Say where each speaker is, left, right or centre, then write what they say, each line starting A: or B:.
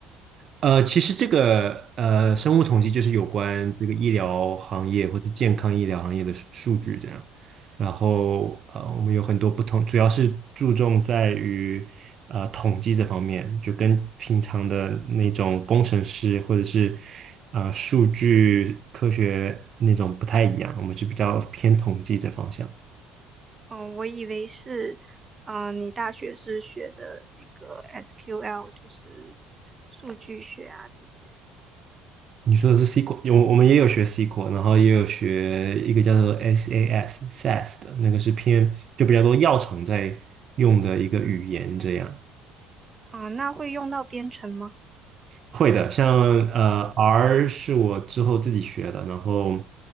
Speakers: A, on the right; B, on the right.
A: 呃，其实这个呃生物统计就是有关这个医疗行业或者健康医疗行业的数数据这样。然后呃，我们有很多不同，主要是注重在于呃统计这方面，就跟平常的那种工程师或者是呃数据科学那种不太一样，我们是比较偏统计这方向。
B: 哦，我以为是，嗯、你大学是学的那个 SQL，就是数据学啊这些。
A: 你说的是 SQL，我我们也有学 SQL，然后也有学一个叫做 SAS SAS 的那个是偏就比较多药厂在用的一个语言，这样
B: 啊、那会用到编程吗？
A: 会的。像呃 R 是我之后自己学的，然后